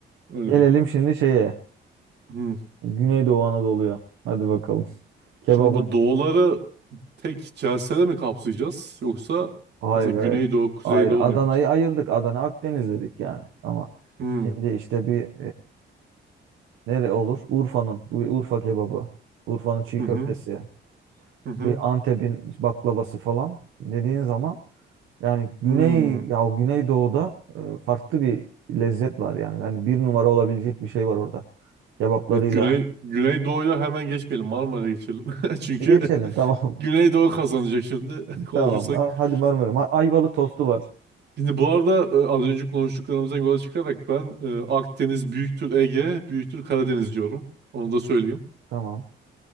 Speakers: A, on the right; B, on the right.
A: Öyle
B: Gelelim
A: diyeyim.
B: şimdi şeye.
A: Hmm.
B: Güneydoğu Anadolu'ya. Hadi bakalım. <laughs> Kebabın
A: Şimdi bu doğuları tek celsede mi kapsayacağız? Yoksa
B: hayır
A: mesela Güneydoğu,
B: hayır.
A: Kuzeydoğu
B: Hayır Adana'yı
A: mu yapacağız?
B: ayırdık. Adana Akdeniz dedik yani. Ama
A: Hmm,
B: şimdi işte bir Nere olur? Urfa'nın. Urfa kebabı. Urfa'nın çiğ
A: Hı
B: köftesi.
A: hı. Hı hı.
B: Bir Antep'in baklavası falan dediğin zaman yani Güney
A: Hmm.
B: ya Güneydoğu'da e, farklı bir lezzet var yani. Yani bir numara olabilecek bir şey var orada. Kebaplarıyla.
A: Evet, Güney, Güneydoğu'ya hemen geçmeyelim. Marmara'ya geçelim. <laughs> Çünkü
B: E, geçelim tamam.
A: <laughs> Güneydoğu kazanacak şimdi
B: <laughs>
A: <laughs> konuşursak.
B: Tamam. Ha, Hadi Marmara. Ma- Ayvalık tostu var.
A: Şimdi bu arada e, az önce konuştuklarımızdan yola çıkarak ben e, Akdeniz büyüktür Ege, büyüktür Karadeniz diyorum. Onu da söyleyeyim.
B: Tamam.